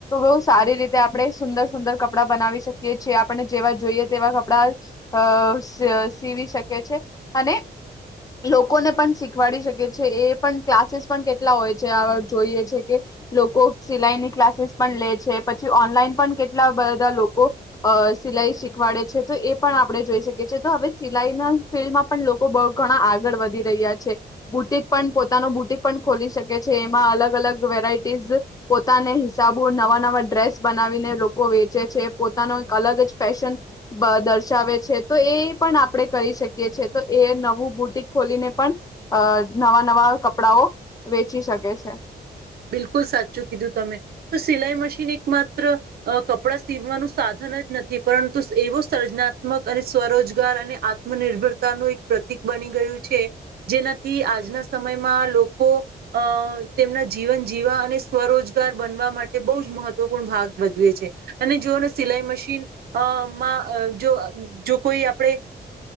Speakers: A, on the left; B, on the right.
A: બહુ સારી રીતે આપણે સુંદર ુંર કપડા બનાવી શકીીએ આપણે જેવા જોઈએ તેવા કપડા સીવી શકી છે અને લોકોને પણ શીખવાડી શકે છે એ પણ ક્લાસીસ પણ કેટલા હોય છે જોઈએ છે કે લોકો સિલાઈની ક્લાસીસ પણ લે છે પછી ઓનલાઈન પણ કેટ બધા લોકો અ સિલાઈ શીખવાડે છે તો એ પણ આપણે જોઈ શકી છીએ તો હવે સિલાઈ ના ફિલ્ડમાં પણ લોકો બહુ ઘણા આગળ વધી રહ્યા છે બુટિક પણ પોતાનું બુટિક પણ ખોલી શકે છે એમાં અલગ અલગ વેરાયટીઝ પોતાના હિસાબો નવા નવા ડ્રેસ બનાવીને લોક વેચે છે પોતાનો એક અલગ જ ફેશન દર્શાવે છે તો એ પણ આપણે કરી શકીએ છે તો એ નવું બુટિક ખોલીને પણ નવા નવા કપડાઓ વેચી શકે છે.
B: બિલકુલ સાચું કીધું તમે તો સિલાઈ મશીન એક માત્ર કપડાં સીવવાનું સાધન જ નથી પરંતુ એવો સર્જનાત્મક અને સ્વરોજગાર અને આત્મનિર્ભરતાનું એક પ્રતિક બની ગયું છે જેનાથી આજના સમયમાં લોકો અ તેમના જીવન જીવા અને સ્વરોજગાર બનવા માટે બહુ જ મહત્વપૂર્ણ ભાગ ભજવે છે અને જોને સિલાઈ મશીન અમાં જો જો કોઈ આપણે